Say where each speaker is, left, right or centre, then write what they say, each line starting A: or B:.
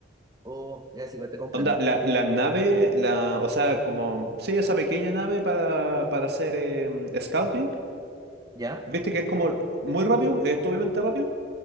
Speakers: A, on the right; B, on the right.
A: Oh, ya, sí, igual te comprendo.
B: Onda, la, la nave, la, o sea, como, sí, esa pequeña nave para, para hacer em, scouting,
A: ¿Ya?
B: viste que es como muy rápido, es obviamente rápido.